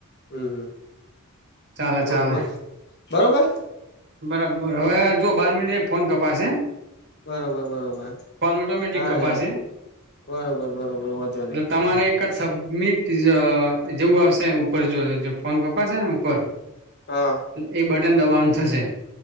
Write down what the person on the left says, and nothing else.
હું, હું
બરોબર,
બરોબર.
બરોબર, બરોબર
હા,
હા. બરોબર બરોબર વાંધો નહી.
હા